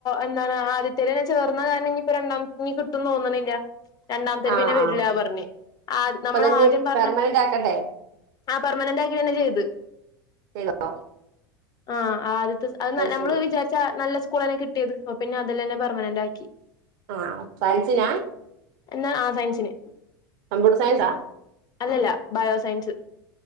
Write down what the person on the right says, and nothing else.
ആ
ആ
ഇപ്പതന്നെ
പെർമനന്റ് ആക്കണ്ടേ
ല്ലാട്ടോ
ശരി
ആഹ് സയൻസിനാ
കമ്പ്യൂട്ടർ സയൻസാ